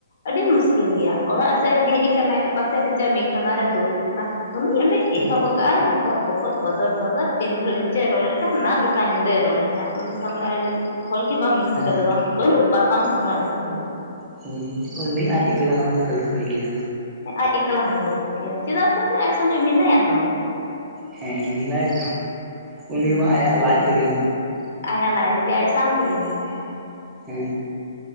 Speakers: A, on the left; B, on the right.
A: ᱟᱹᱰᱤ ᱢᱩᱥᱠᱤᱞ ᱜᱮᱭᱟ ᱚᱲᱟᱜ ᱥᱮᱫ ᱨᱮ ᱦᱮᱡ ᱟᱠᱟᱱᱟᱭ ᱚᱠᱟᱥᱮᱫ ᱨᱮᱪᱚ ᱢᱤᱫ ᱠᱚᱱᱟᱨᱮ ᱫᱩᱲᱩᱵ ᱟᱠᱟᱱᱟᱭ᱾ <unintelligible>
B: ᱦᱩᱸ
A: ᱮᱦᱚᱵ ᱟᱠᱟᱫᱼ ᱟᱭ ᱵᱚᱠᱚᱫ ᱵᱚᱠᱚᱫ ᱜᱚᱸᱫᱚᱨ ᱜᱚᱸᱫᱚᱨ ᱛᱤᱱ ᱜᱷᱟᱹᱲᱤᱡ ᱪᱚᱭ ᱨᱚᱲᱮᱫ ᱠᱟᱱᱟ ᱚᱱᱟ ᱜᱚᱴᱟ ᱧᱤᱫᱟᱹ <unintelligible> ᱩᱱᱤ ᱥᱟᱢᱵᱲᱟᱭᱮ ᱞᱟᱹᱜᱤᱫ ᱦᱚᱲ ᱜᱮ ᱵᱟᱢ <inaudible>
B: ᱦᱩᱸ
A: ᱚᱸᱰᱮ ᱫᱚ ᱵᱟᱢ ᱵᱟᱹᱱᱩᱜ ᱠᱚᱣᱟ ᱵᱟᱢ ᱥᱟᱢᱵᱲᱟᱣ ᱫᱟᱲᱮ ᱣᱟᱭᱟ᱾
B: ᱦᱩᱸ ᱩᱱᱤ ᱟᱡ ᱮᱠᱞᱟ ᱦᱚᱧ ᱜᱚᱞᱯᱷᱚᱭ ᱜᱮᱭᱟ᱾
A: ᱦᱮ ᱟᱡ ᱮᱠᱞᱟ ᱦᱚᱸᱭ ᱜᱚᱞᱯᱷᱚᱭ ᱜᱮᱭᱟ ᱪᱮᱫᱟᱜ ᱥᱮ ᱩᱱᱤ ᱟᱡ ᱥᱚᱸᱜᱮ ᱢᱮᱱᱟᱭᱟ ᱥᱚᱸᱜᱮ ᱾
B: ᱦᱮᱸ ᱢᱮᱱᱟᱭᱟ ᱛᱚ ᱩᱱᱤ
A: ᱦᱩᱸ
B: ᱢᱟ ᱟᱭᱟᱜ ᱞᱟᱡ ᱨᱮᱜᱮ᱾
A: ᱟᱭᱟᱜ ᱞᱟᱡ ᱨᱮᱜᱮ ᱟᱡ ᱥᱟᱶ ᱛᱮᱜᱮ ᱢᱮᱱᱟᱭᱟ᱾
B: ᱦᱮ